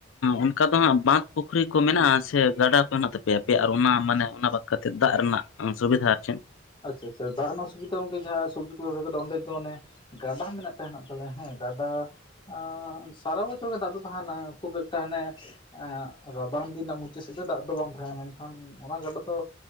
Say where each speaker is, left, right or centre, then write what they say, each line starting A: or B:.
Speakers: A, on the left (about 75°); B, on the left (about 25°).
A: ᱚᱱᱠᱟ ᱫᱚ ᱦᱟᱸᱜ ᱵᱟᱸᱫᱽ ᱯᱩᱠᱷᱨᱤ ᱠᱚ ᱢᱮᱱᱟᱜᱼᱟ ᱥᱮ ᱜᱟᱰᱟ ᱠᱚ ᱦᱮᱱᱟᱜ ᱛᱟᱯᱮᱭᱟ ᱟᱯᱮᱭᱟᱜ ᱟᱨ ᱚᱱᱟ ᱢᱟᱱᱮ ᱚᱱᱟ ᱵᱟᱫ ᱠᱟᱛᱮᱫ ᱫᱟᱜ ᱨᱮᱱᱟᱜ ᱥᱩᱵᱤᱫᱷᱟ ᱟᱨ ᱪᱮᱫ
B: ᱟᱪᱪᱷᱟ ᱟᱪᱷᱟ ᱫᱟᱜ ᱨᱮᱱᱟᱜ ᱥᱩᱤᱫᱷᱟ ᱜᱚᱝᱠᱮ ᱡᱟᱦᱟᱸ ᱥᱚᱵᱡᱤ ᱠᱚ ᱨᱚᱦᱚᱭ ᱠᱟᱫᱟ ᱚᱸᱰᱮ ᱫᱚ ᱚᱱᱮ ᱜᱟᱰᱟ ᱢᱮᱱᱟᱜ ᱛᱮ ᱦᱮᱱᱟᱜ ᱛᱟᱞᱮᱭᱟ ᱦᱮᱸ ᱜᱟᱰᱟ ᱟᱸ ᱥᱟᱨᱟ ᱵᱚᱪᱷᱚᱨ ᱜᱮ ᱫᱟᱜ ᱫᱚ ᱛᱟᱦᱮᱱᱟ, ᱠᱷᱩᱵ ᱮᱠᱴᱟ ᱦᱟᱱᱮ ᱮᱸ ᱨᱟᱵᱟᱝ ᱫᱤᱱ ᱨᱮᱱᱟᱜ ᱢᱩᱪᱟᱹᱫ ᱥᱮᱫ ᱫᱚ ᱫᱟᱜ ᱫᱚ ᱵᱟᱝ ᱛᱟᱦᱮᱱᱟ, ᱢᱮᱱᱠᱷᱟᱱ ᱚᱱᱟ ᱜᱟᱰᱟ ᱫᱚ